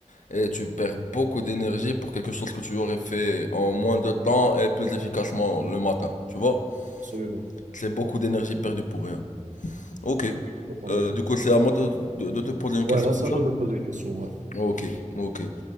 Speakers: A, on the left; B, on the right.
A: Et tu perds beaucoup d'énergie pour quelque chose que tu aurais fait en moins de temps et plus efficacement le matin. Tu vois?
B: absolument,
A: C'est beaucoup d'énergie perdue pour rien. Ok.
B: complètement
A: Euh,
B: d'accord.
A: du coup, c'est à moi de, de- de te poser une question,
B: Ouais, là
A: c'est
B: c'est
A: ça?
B: à toi de poser une question, ouais.
A: Ok, ok.